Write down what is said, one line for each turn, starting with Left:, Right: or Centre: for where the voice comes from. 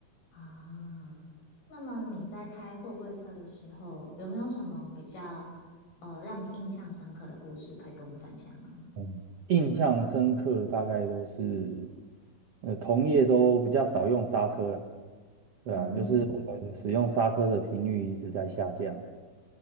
Left: 啊，那么你在开货柜车的时候，有没有什么比较呃让你印象深刻的故事可以跟我们分享呢？
Right: 嗯，印象深刻大概都是，呃，同业都比较少用刹车啦，对啊，
Left: 嗯，
Right: 就是我们使用刹车的频率一直在下降，